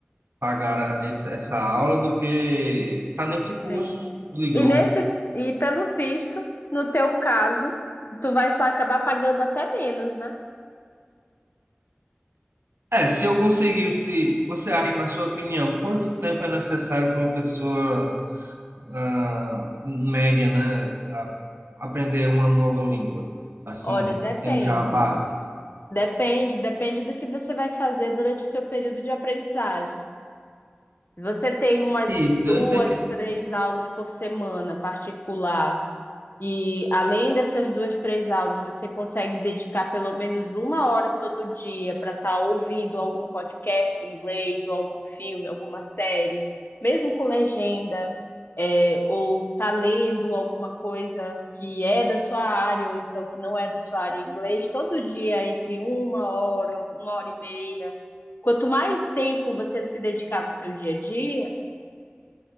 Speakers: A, on the right; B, on the left.
A: pagar a- esse- essa aula do que estar nesse curso
B: sim.
A: de
B: E
A: grupo.
B: nesse, e pelo visto, no teu caso, tu vai só acabar pagando até menos, né?
A: É, se eu conseguisse, você acha, na sua opinião, quanto tempo é necessário para uma pessoa ah, média, né? a- aprender uma nova língua, assim,
B: Olha, depende.
A: tendo já a base.
B: Depende, depende do que você vai fazer durante o seu período de aprendizagem. Você tem umas
A: Isso,
B: duas,
A: eu entendo que
B: três aulas por semana particular. E além dessas duas, três aulas, você consegue dedicar pelo menos uma hora todo dia para estar ouvindo algum podcast em inglês, ou algum filme, alguma série, mesmo com legenda, é, ou tá lendo alguma coisa que é da sua área, ou então que não é da sua área em inglês, todo dia entre uma hora, uma hora e meia. Quanto mais tempo você se dedicar no seu dia a dia,